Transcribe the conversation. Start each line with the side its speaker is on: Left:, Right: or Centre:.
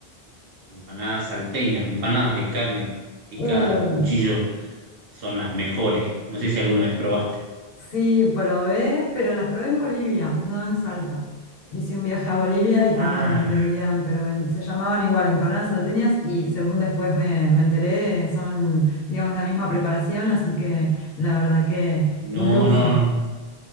Right: Empanadas salteñas, empanadas de carne picadas
Left: oh,
Right: a cuchillo son las mejores. No sé si alguna vez probaste.
Left: Sí, probé, pero las probé en Bolivia, no en Salta. Hice un viaje a Bolivia y también
Right: Ah,
Left: vendían, pero ven- se llamaban igual empanadas salteñas y según después me, me enteré, son, digamos, la misma preparación, así que la verdad que
Right: no,
Left: un lujo.
Right: no, no.